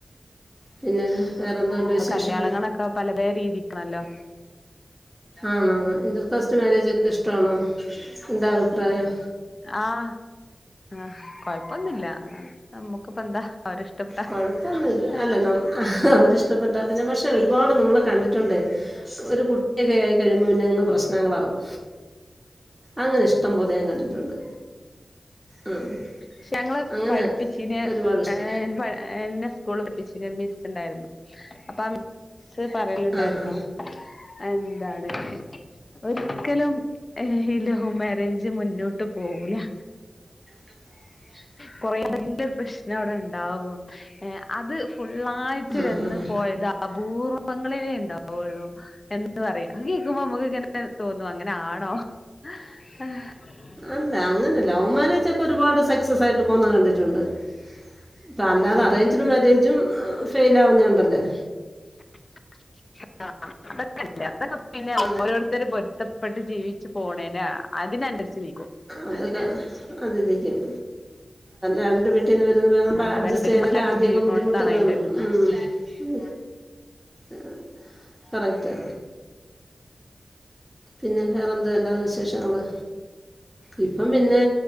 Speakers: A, in the centre; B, on the left.
A: പിന്നെ വേറെന്തൊണ്ട്
B: ഇപ്പൊ
A: വിശേഷം?
B: കല്യാണങ്ങളൊക്കെ പല പല രീതിക്കാണല്ലോ
A: ആണാണ് ഇന്റർകാസ്റ്റ് മാരേജൊക്കെഷ്ട്ടാണോ? എന്താ അഭിപ്രായം.
B: ആഹ് ആഹ് കൊഴപ്പൊന്നുല്ല നമ്മുക്കന്താ അവരിഷ്ടപ്പെട്ടാ
A: കുഴപ്പമൊന്നുമില്ല
B: ഏഹ്
A: അല്ല നമ്മ അവരിഷ്ടപ്പെട്ട പിന്നെ പക്ഷെ ഒരുപാട് നമ്മള് കണ്ടിട്ടുണ്ടേ ഒരു കുട്ടിയൊക്കെ ആയി കഴിയുമ്പോ പിന്നെങ്ങ് പ്രശ്നങ്ങളാവും. അങ്ങനെ ഇഷ്ടം പോലെ ഞാൻ കണ്ടിട്ടുണ്ട്. ഉം
B: ക്ഷെ ഞങ്ങളെ
A: അങ്ങനെ
B: പഠിപ്പിച്ചിനെ
A: ഒരുപാട് ഇഷ്ടം
B: ഏ എന്നെ സ്കൂള് പഠിപ്പിച്ചീനെ ഒരു മിസ്സ്ണ്ടായിരുന്നു. അപ്പൊ ആ മിസ്സ് സ്സ്
A: ഉണ്ടായിരുന്നു
B: പറയലുണ്ടായിരുന്നു
A: ആഹ്
B: എന്താണ് ഒരിക്കലും ഈ ലൗ മാരേജ് മുന്നോട്ട് പോവൂലാ
A: <unintelligible>
B: കൊറേ <unintelligible> പ്രശ്നം അവിടെ ഇണ്ടാവും. ഏഹ് അത് ഫുള്ളായിട്ട്
A: ആഹ്
B: വന്ന്
A: ആഹ്
B: പോയതാ അപൂർവങ്ങളിലേ ഇണ്ടാവൊള്ളൂ എന്ന് പറയാ. അത് കേക്കുമ്പോ അമ്മക്ക്ങ്ങനെ തോന്നും അങ്ങനെ ആണോ. <inaudible> <inaudible>
A: അല്ല അങ്ങനെല്ല ഒവ് മാരേജ് ഒക്കെ ഒരുപാട് സക്സസ് ആയിട്ട് പോന്ന കണ്ടിട്ടുണ്ട്. ഇപ്പ അല്ലാതെ
B: ആ
A: അറേഞ്ച്ട് മാരേജും ഫെയ്ൽ ആവുന്ന ഉണ്ടല്ലേ
B: <unintelligible> അതൊക്കെ പിന്നെ
A: ആ
B: ഓരോരുത്തർ പൊരുത്തപ്പെട്ട് ജീവിച്ചു പോണേ അതിനനുസരിച്ച് നിക്കും.
A: അത അതിരിക്കും രണ്ട് <unintelligible> റ്റ്ന്ന് <unintelligible> വരു <unintelligible>
B: ആഹ്
A: അഡ്ജസ്റ്റ്
B: രണ്ട് പേരും
A: ചെയ്യാനൊക്കെ
B: മനസ്സിലാക്കി
A: ആദ്യ
B: ജീവിക്കുന്നോടത്താണ്
A: ഒക്കെ ബുദ്ധിമുട്ട് കാണും.
B: അതിന്റെ ഒരു
A: ഉം ഉം ഉം കറക്റ്റ് പിന്നെ വേറെ എന്തോ അല്ലാതെ വിശേഷങ്ങള്. ഇപ്പം പിന്നെ